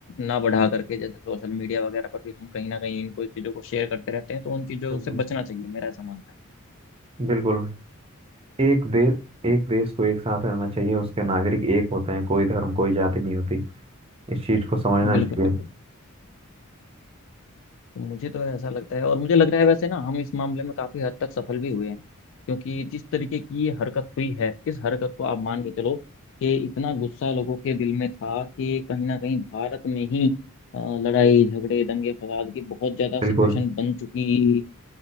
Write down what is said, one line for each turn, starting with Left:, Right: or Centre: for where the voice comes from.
Left: ना बढ़ा करके जैसे सोशल मीडिया वगैरह पर भी हम कहीं ना कहीं इनको इस चीजों को शेयर करते रहते हैं तो उन चीजों
Right: बिल्कुल
Left: से बचना चाहिए मेरा ऐसा मानना
Right: बिल्कुल एक देश एक देश को एक साथ रहना चाहिए उसके नागरिक एक होते हैं कोई धर्म कोई जाति नहीं होती इस चीज को समझना
Left: है बिल्कुल
Right: चाहिए
Left: बिल्कुल तो मुझे तो ऐसा लगता है और मुझे लग रहा है वैसे ना हम इस मामले में काफी हद तक सफल भी हुए हैं क्योंकि जिस तरीके की ये हरकत हुई है इस हरकत को आप मान के चलो कि इतना गुस्सा लोगों के दिल में था कि कहीं ना कहीं भारत में ही अ, लड़ाई झगड़े दंगे फसाद की बहुत ज्यादा
Right: बिल्कुल
Left: सिचुएशन बन चुकी